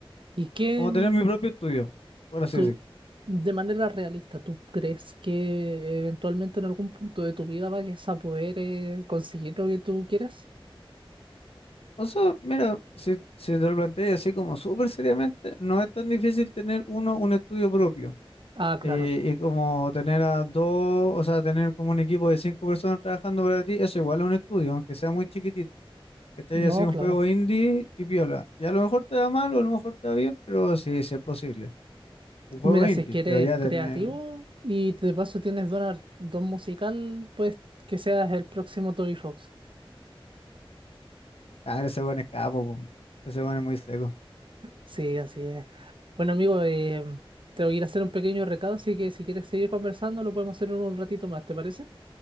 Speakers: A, on the right; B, on the left.
A: ¿y qué?
B: Como tener mi propio estudio, por así
A: tú,
B: decirlo.
A: de manera realista, ¿tú crees que eventualmente en algún punto de tu vida vayas a poder eh, conseguir lo que tú quieres?
B: O sea, mira, si, si te lo planteas así como súper seriamente, no es tan difícil tener uno un estudio propio
A: Ah, claro.
B: eh, y como tener a dos, o sea, tener como un equipo de cinco personas trabajando para ti, eso igual es un estudio, aunque sea muy chiquitito. Este ya
A: No,
B: sido
A: claro.
B: un juego indie y piola. Y a lo mejor te da mal o a lo mejor te da bien, pero sí, sí es posible. Un juego
A: Mira,
B: indie,
A: si es que eres
B: pero ya
A: creativo
B: tener,
A: y de paso tienes don, ar- don musical, pues que seas el próximo Toby Fox.
B: claro, ese buen escapo, po. ese buen es muy seco.
A: Sí, así es. Bueno, amigo, eh, te voy a ir a hacer un pequeño recado, así que si quieres seguir conversando, lo podemos hacer en un ratito más, ¿te parece?